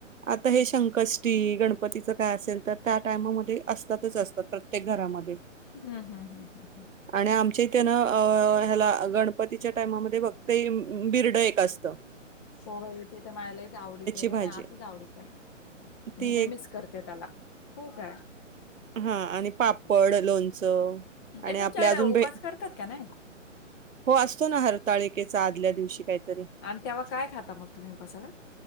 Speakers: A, on the right (about 80°); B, on the left (about 20°).
A: आता हे संकष्टी गणपतीचं काय असेल तर त्या टायमामध्ये असतातच असतात प्रत्येक घरामध्ये
B: हम् हम हम हम हम
A: आणि आमच्या इथे ना अ ह्याला गणपतीच्या टायमामध्ये फक्ते बिर्ड एक असत.
B: हो वयचे ते तर मला लईच आवडीच आहे
A: भाजी
B: अतीच आवडीच आहे.
A: ती
B: मि लई मिस करते त्याला. हो काय!
A: हा आणि पापड, लोणचं आणि
B: हे तुमच्याकडे
A: आपले अजून भे
B: उपास करतात का नाही?
A: हो असतो ना हरताळिकेचा आदल्या दिवशी काही तरी
B: आणि तेव्हा काय खाता मग तुम्ही उपासाला?